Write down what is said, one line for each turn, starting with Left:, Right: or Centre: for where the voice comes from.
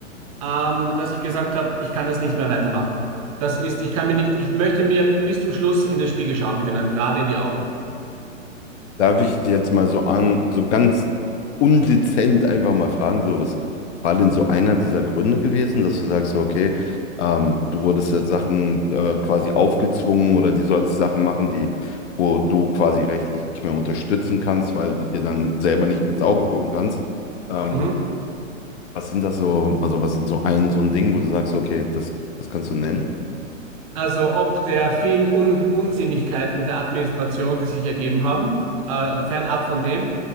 Right: ähm, dass ich gesagt habe, ich kann das nicht mehr weitermachen. Das ist, ich kann mir nicht, ich möchte mir bis zum Schluss in den Spiegel schauen können, gerade in die Augen.
Left: Darf ich jetzt mal so an, so ganz undezent einfach mal fragen, so was war denn so einer dieser Gründe gewesen, dass du sagst, so, okay, ähm, du wurdest ja Sachen äh, quasi aufgezwungen oder die sollst Sachen machen, die, wo du quasi rechtlich nicht mehr unterstützen kannst, weil du dir dann selber nicht mehr ins Auge gucken kannst. Ähm,
Right: Mhm.
Left: was sind das so, also was ist so ein, so ein Ding, wo du sagst, so, okay, das, das kannst du nennen?
Right: Also ob der vielen Un Unsinnigkeiten der Administration, die sich ergeben haben, äh, fernab von dem,